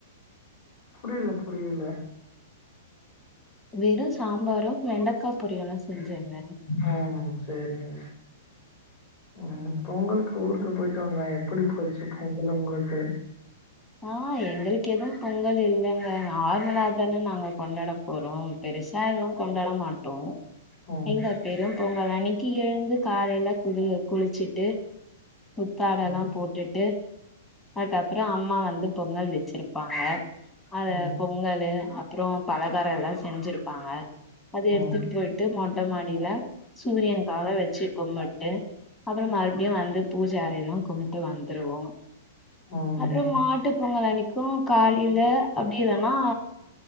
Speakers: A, on the left; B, on the left.
A: புரியல புரியல
B: வெறும் சாம்பாரு வெண்டக்கா பொரியலு செஞ்சேங்க
A: ம் சரிங்க. ம் பொங்கலுக்கு ஊருக்கு போயிட்டு வந்தே எப்புடி போச்சு பொங்கல் உங்களுக்கு
B: ஆ எங்களுக்கு எதுவும் பொங்கல் இல்லங்க ஆருதலாத் தான நாங்க கொண்டாட போறோ பெருசா எதுவு கொண்டாட மாட்டோ
A: ஓ ஓ
B: எங்க பெரும் பொங்கல் அன்னைக்கி எழுந்து காலையில குளு குளிச்சுட்டு புத்தாடெல்லா
A: ம்,
B: போட்டுட்டு அதுக்கு அப்பறோ அம் அம்மா வந்து பொங்கல் வச்சிருப்பாங்க. அத
A: ம், ம்,
B: பொங்கலு அப்றோ பலகாரோ எல்லா செஞ்சுருப்பாங்க அது
A: ம்,
B: எடுத்துட்டு பொயிட் ட்டு மொட்ட மாடியில சூரியனுக்காக வச்சு கும்புட்டு அப்றோ மறுபடியு வந்து, பூஜை அறை எல்லா கும்ட்டு வந்துருவோ
A: ம்,
B: அப்றோ மாட்டு பொங்கல் அன்னைக்கு காலயில அப்டி இல்லன்னா